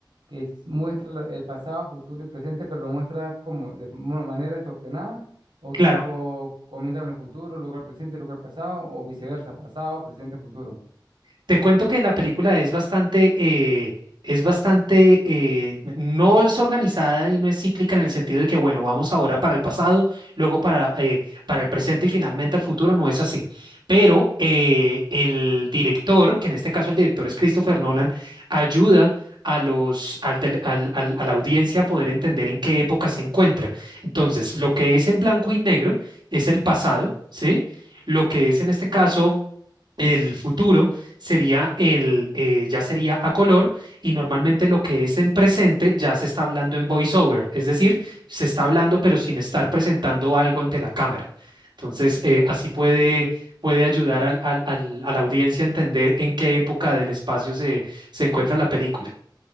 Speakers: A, on the right; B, on the right.
A: que es- muestra la- el pasado, futuro y presente, pero lo muestra como de mo- manera desordenada, o
B: Claro,
A: tipo comienza con el futuro, luego el presente, luego el pasado, o viceversa, pasado, presente, futuro.
B: Te cuento que la película es bastante, eh, es bastante, eh, no es organizada y no es cíclica en el sentido de que, bueno, vamos ahora para el pasado, luego para, eh, para el presente y finalmente al futuro, no es así. Pero eh, el director, que en este caso el director es Christopher Nolan, ayuda a los, al tele- al- al- a la audiencia a poder entender en qué época se encuentra. Entonces, lo que es en blanco y negro es el pasado, ¿sí? Lo que es en este caso el futuro sería el, eh, ya sería a color y normalmente lo que es en presente ya se está hablando en voiceover, es decir, se está hablando pero sin estar presentando algo ante la cámara. Entonces, eh, así puede, puede ayudar al- al- al- a la audiencia a entender en qué época del espacio se, se encuentra la película.